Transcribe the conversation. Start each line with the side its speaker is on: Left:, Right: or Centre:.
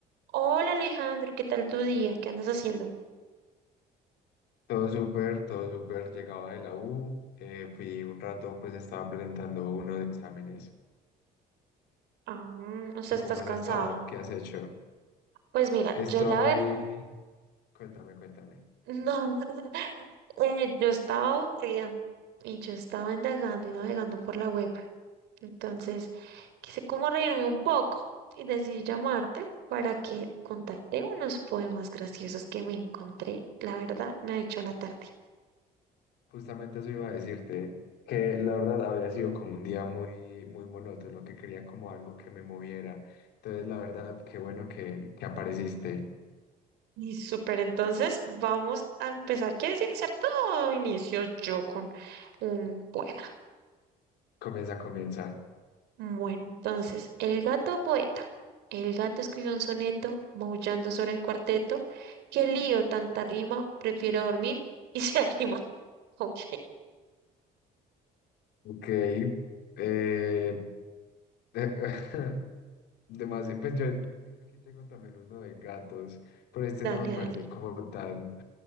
Right: Hola Alejandro, ¿qué tal tu día? ¿Qué andas haciendo?
Left: Todo súper, todo súper. Llegaba de la U, eh, fui un rato, pues estaba presentando unos exámenes.
Right: Aún, o sea,
Left: ¿Tú
Right: estás
Left: cómo has
Right: cansado.
Left: estado? ¿Qué has hecho?
Right: Pues mira,
Left: Estoy...
Right: yo la verdad,
Left: Cuéntame, cuéntame.
Right: <laughs> no, <laughs> eh, yo estaba aburrido y yo estaba indagando y navegando por la web. Entonces, quise como reírme un poco y decidí llamarte para que contarte unos poemas graciosos que me encontré. La verdad, me ha hecho la tarde.
Left: Justamente eso iba a decirte, que la verdad había sido como un día muy, muy monótono, que quería como algo que me moviera. Entonces, la verdad, qué bueno que, que apareciste.
Right: Y súper, entonces vamos a empezar. ¿Quieres iniciar tú o inicio yo con un poema?
Left: Comienza, comienza.
Right: Bueno, entonces, el gato poeta. El gato escribió un soneto maullando sobre el cuarteto. Qué lío, tanta rima, prefiero dormir y se <laughs> anima. Ok,
Left: Ok. eh, <laughs> eh, Demasiado, pues yo, yo incluso aquí tengo también uno de gatos, pero este
Right: dale,
Left: no
Right: dale.
Left: me parece como tan,